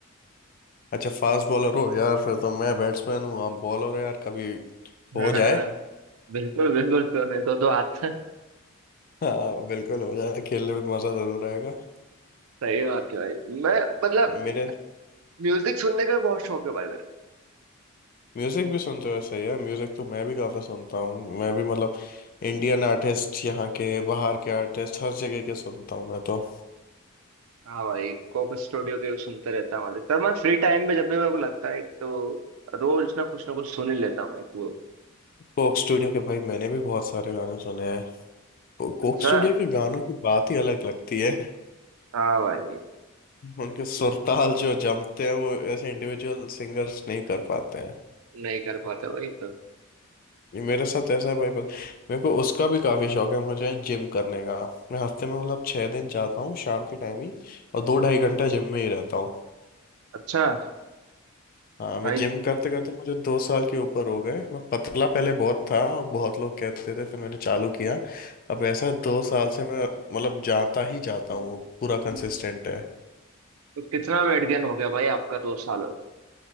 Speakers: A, on the left; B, on the right.
A: अच्छा फास्ट बॉलर हो यार फिर तो मैं बैट्समैन हूँ आप बॉलर हो यार कभी
B: <laughs>
A: हो
B: हाँ,
A: जाए
B: बिल्कुल बिल्कुल क्यों नहीं दो दो हाथ <laughs>
A: हाँ बिल्कुल हो जाए खेलने में मजा जरूर आएगा
B: सही बात है भाई मैं मतलब
A: मेरे
B: म्यूजिक सुनने का भी बहुत शौक है भाई मेरे
A: म्यूजिक भी सुनते हो सही है म्यूजिक तो मैं भी काफी सुनता हूँ मैं भी मतलब इंडियन आर्टिस्ट यहाँ के बाहर के आर्टिस्ट हर जगह के सुनता हूँ मैं तो
B: को। हाँ भाई कोक स्टूडियो के भी सुनते रहता हूँ अधिकतर मैं फ्री टाइम पे जब भी मेरे को लगता है एक तो रोज ना कुछ ना कुछ सुन ही लेता हूँ एक वो
A: कोक स्टूडियो के भाई मैंने भी बहुत सारे गाने सुने हैं कोक
B: अच्छा
A: स्टूडियो के गानों की बात ही अलग लगती है
B: हाँ भाई
A: उनके सुरताल जो जमते हैं वो ऐसे इंडिविजुअल सिंगर्स नहीं कर पाते हैं
B: नहीं कर पाते वही तो
A: ये मेरे साथ ऐसा है भाई पर मेरे को उसका भी काफी शौक है मुझे जिम करने का मैं हफ्ते में मतलब छह दिन जाता हूँ शाम के टाइम ही और दो ढाई घंटा जिम में ही रहता हूँ
B: अच्छा
A: हाँ
B: भाई
A: मैं जिम करते करते मुझे दो साल के ऊपर हो गए मैं पतला पहले बहुत था और बहुत लोग कहते थे फिर मैंने चालू किया अब ऐसा दो साल से मैं मतलब जाता ही जाता हूँ पूरा कंसिस्टेंट है
B: तो कितना वेट गेन हो गया भाई आपका दो सालों में